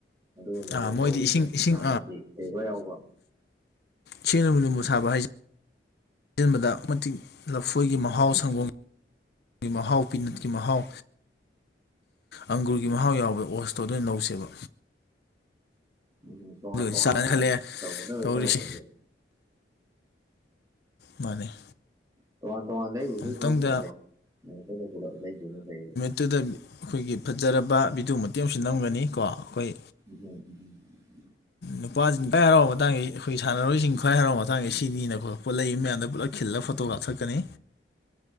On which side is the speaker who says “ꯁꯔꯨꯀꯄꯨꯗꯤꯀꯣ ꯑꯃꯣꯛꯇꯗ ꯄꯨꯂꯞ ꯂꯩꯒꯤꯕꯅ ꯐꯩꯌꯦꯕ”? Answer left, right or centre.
Right